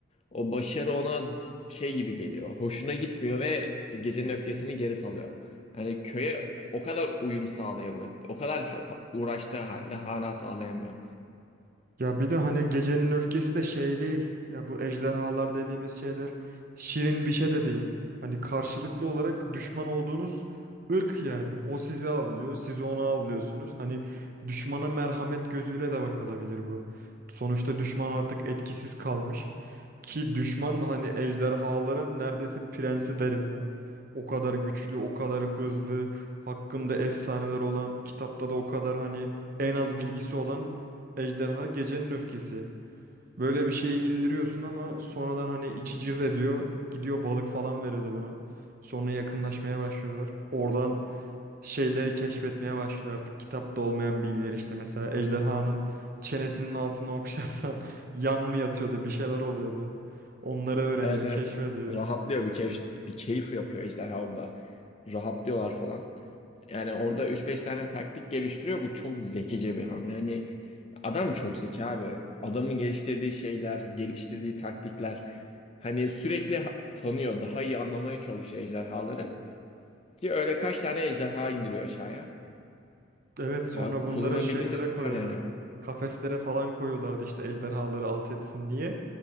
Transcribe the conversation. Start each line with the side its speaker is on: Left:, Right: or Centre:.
Left: O başarı ona az şey gibi geliyor. Hoşuna gitmiyor ve gecenin öfkesini geri salıyor. Yani köye o kadar uyum sağlayamıyor. O kadar ha- ha- uğraştığı halde hala sağlayamıyor.
Right: Ya bir de hani gecenin öfkesi de şey değil. Ya bu ejderhalar dediğimiz şeyler şirin bir şey de değil. Hani karşılıklı olarak düşman olduğunuz ırk yani. O sizi avlıyor, siz onu avlıyorsunuz. Hani düşmana merhamet gözüyle de bakılabilir bu. Sonuçta düşman artık etkisiz kalmış. Ki düşman da hani ejderhaların neredeyse prensi derim ben. O kadar güçlü, o kadar hızlı, hakkında efsaneler olan, kitapta da o kadar hani en az bilgisi olan ejderha gecenin öfkesi. Böyle bir şeyi indiriyorsun ama sonradan hani içi cız ediyor. Gidiyor balık falan veriyordu buna. Sonra yakınlaşmaya başlıyorlar. Oradan şeyleri keşfetmeye başlıyor artık. Kitapta olmayan bilgileri işte mesela ejderhanın çenesinin altına okşarsan <laughs> yan mı yatıyordu bir şeyler oluyordu. Onları öğreniyor,
Left: Evet evet
Right: keşfediyor.
Left: rahatlıyor bir keyif, bir keyif yapıyor ejderha orada. Rahatlıyorlar falan. Yani orada üç beş tane taktik geliştiriyor. Bu çok zekice bir hamle. Yani adam çok zeki abi. Adamın geliştirdiği şeyler, geliştirdiği taktikler. Hani sürekli ha- tanıyor, daha iyi anlamaya çalışıyor ejderhaları. Ki öyle kaç tane ejderha indiriyor aşağıya.
Right: Evet sonra
Left: Ya
Right: bunları
Left: kullanabildim
Right: şeylere
Left: mi süper
Right: koyuyorlar.
Left: yani.
Right: Kafeslere falan koyuyorlardı işte ejderhaları alt etsin diye.